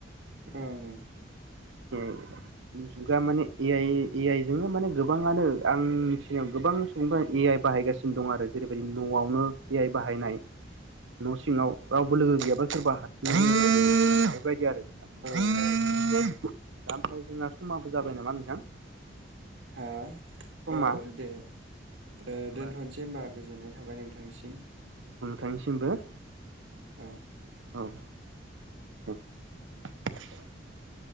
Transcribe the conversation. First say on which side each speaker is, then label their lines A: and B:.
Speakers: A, on the right; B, on the right.
A: ओं
B: <unintelligible> जुगा माने ए आइ ए आइ जोंनो माने गोबाङानो आं मिथिनायाव गोबां सुबुंफोरा ए आइ बाहायगासिनो दं आरो जेरैबायदि न'आव ए आइ बाहायनाय न' सिङाव रावबो लोगो गैयाबा सोरबा हारसिं <unintelligible> बेबायदि आरो नोंथां
A: औ
B: दा ओमफ्राय जोंना समाबो जाबाय नामा नोंथां
A: हा
B: समा
A: औ दे ओ
B: होमबा
A: दोनथ'नोसै होमबा गोजोननाय थाबाय नोंथांनिसिम
B: थांसिमबो
A: औ
B: <unintelligible> <unintelligible>